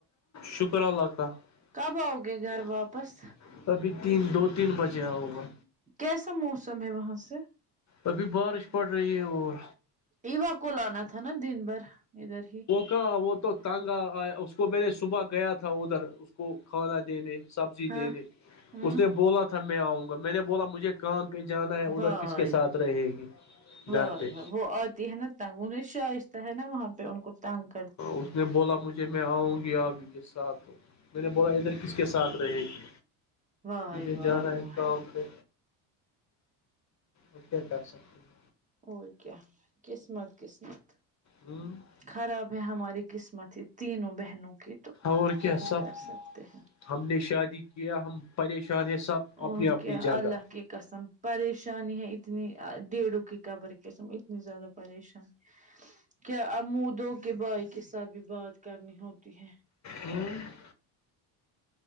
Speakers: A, on the left; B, on the right.
A: شکر اللہ تال
B: کب آؤ گے گھر واپس
A: ابھی تین دو تین بجے ہوگا
B: کیسا موسم ہے وہاں سے
A: ابھی بارش پڑ رہی ہے اور
B: ایوا کول آنا تھا نا دن بھر ادھر ہی
A: کہا وہ تو تانگا اس کو میں نے صبح گیا تھا ادھر کو کھانا دینے سبزی
B: ہاں
A: دینے
B: ہوں
A: اس نے بولا تھا میں آؤں گا میں نے بولا مجھے کان پہ جانا ہے ادھر
B: وائے
A: کس کے ساتھ رہے گی گھر
B: وائے
A: پہ
B: وائے وہ آتی ہے نا <unintelligible> تگون شاہ ہے نا وہاں پہ ان کو تانگ کرتی ہیں
A: اس نے بولا مجھے میں آؤں گی آپ ہی کے ساتھ تو میں نے بولا ادھر کس کے ساتھ رہے گی
B: واہ
A: مجھے
B: واہ
A: جانا ہے
B: واہ
A: کام پہ اے کر سکتے ہیں <unintelligible>
B: اور کیا قسمت قسمت
A: ہوں <unintelligible>
B: خراب ہے ہماری قسمت ہی تینوں بہنوں کی تو
A: اور
B: کیا ہی
A: سب
B: کر سکتے ہیں
A: ہم شادی کیا ہم پریشان ہیں سب
B: اور
A: اپنی اپنی
B: کیا
A: جگہ
B: اللہ کی قسم پریشانی ہے اتنی ڈیڑھوں کی قبر کےسم اتنی زیادہ پریشانی کیا امودو کے بھائی کے ساتھ بھی بات کرنی ہوتی ہے
A: ہوں <unintelligible>